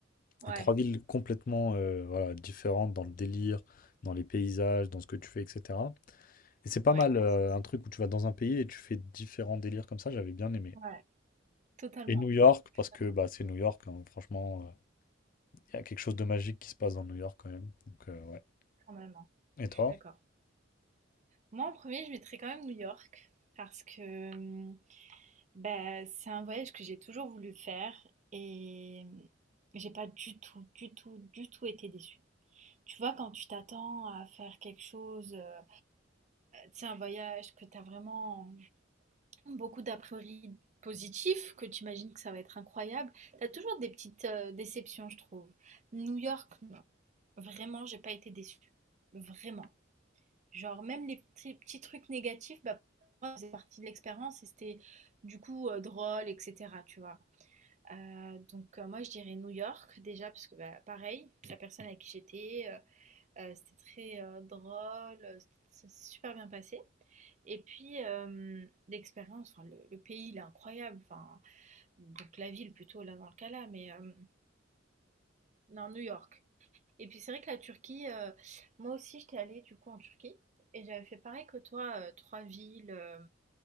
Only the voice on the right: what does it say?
Ouais,
ouais,
c'est...
Ouais, totalement.
Je
suis d'accord,
quand même. hein.
Je suis d'accord. Moi, en premier, je mettrais quand même New York parce que hum, bah, c'est un voyage que j'ai toujours voulu faire et hum, j'ai pas du tout, du tout, du tout été déçue. Tu vois, quand tu t'attends à faire quelque chose, euh, tu sais, un voyage que tu as vraiment beaucoup d'a priori positifs, que tu imagines que ça va être incroyable, tu as toujours des petites euh, déceptions, je trouve. New York, non. Vraiment, j'ai pas été déçue. Vraiment. Genre même les petits petits trucs négatifs, bah, pour moi, ça faisait partie de l'expérience et c'était du coup, heu, drôle et cetera, tu vois? Heu, donc heu, moi je dirais New York déjà parce que, bah, pareil, la personne avec qui j'étais, heu heu, c'était très, heu, drôle, heu, c'était ça s'est super bien passé et puis, hem, l'expérience, enfin le le pays il est incroyable, enfin donc la ville plutôt là dans le cas là, mais hem, non New York. Et puis c'est vrai que la Turquie, euh, moi aussi j'étais allée du coup en Turquie et j'avais fait pareil que toi, euh, trois villes euh,